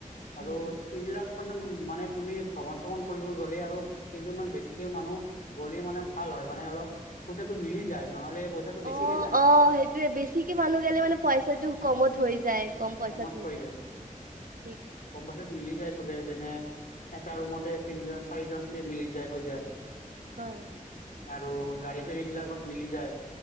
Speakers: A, on the left; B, on the right.
A: আৰু
B: উম।
A: এইবিলাক মানে মানে তুমি ভ্ৰমন চমন কৰিব গ'লে আৰু কেইজনমান বেছিকে মানুহ গ'লে মানে ভাল হয়, মানে অলপ পইচাটো মিলি যায়, নহ'লে পইচাটো বেছিকে
B: অ'
A: যায়
B: অ' সেইটোয়ে, বেছিকে মানুহ গেলে মানে পইচাটো কমত হৈ যায়। কম পইচাত
A: কমত
B: হৈ
A: হয় যায়,
B: ঠিক,
A: কম পইছাত মিলি যায় যেনে, এটা ৰুমতে তিনিজন চাৰিজন কে মিলি যায়, হৈ যায়।
B: হয়।
A: আৰু গাড়ী চাড়ী বিলাকত মিলি যায়।